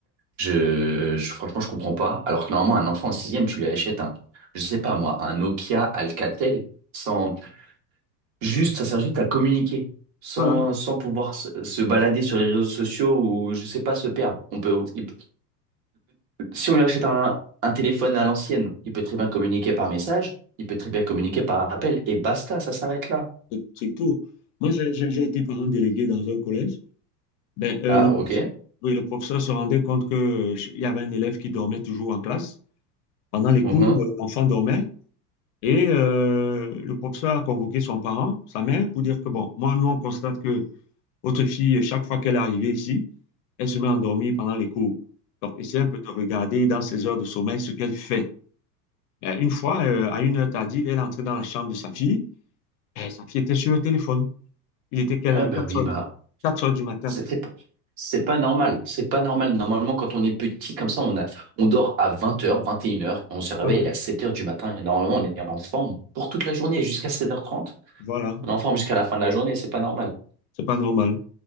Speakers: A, on the right (about 55°); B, on the left (about 50°).
A: Je, je- franchement, je comprends pas. Alors que normalement, un enfant en sixième, tu lui achètes un, je sais pas moi, un Nokia Alcatel, sans, juste, ça sert juste à communiquer, sans,
B: voilà,
A: sans pouvoir se, se balader sur les réseaux sociaux ou, je sais pas, se perdre. On peut, il- si on lui achète un, un téléphone à l'ancienne, il peut très bien communiquer par message, il peut très bien communiquer par appel, et basta, ça s'arrête là.
B: c'est c'est tout. Moi, j'ai j'ai- j'ai été parent délégué dans un collège. Ben, euh,
A: Ah,
B: le professeur,
A: ok.
B: oui, le professeur se rendait compte que, euh, il y avait un élève qui dormait toujours en classe. Pendant les
A: Mhm.
B: cours, euh, l'enfant dormait et euh, le professeur a convoqué son parent, sa mère, pour dire que, bon, moi, nous, on constate que votre fille, chaque fois qu'elle est arrivée ici, elle se met à endormir pendant les cours. Donc, essayez un peu de regarder dans ses heures de sommeil ce qu'elle fait. Ben, une fois, euh, à une heure tardive, elle est entrée dans la chambre de sa fille. et sa fille était sur le téléphone. Il était quelle
A: Ah,
B: heure?
A: bah
B: 4
A: oui,
B: heures,
A: bah.
B: quatre heures du matin.
A: C'est c'est pas c'est pas normal. C'est pas normal. Normalement, quand on est petit, comme ça, on a, on dort à vingt heures vingt et une heures on se réveille
B: Voilà.
A: à sept heures du matin. Et normalement, on est en forme pour toute la journée, jusqu'à 7 heures trente
B: Voilà.
A: On est en forme jusqu'à la fin de la journée, c'est pas normal.
B: C'est pas normal.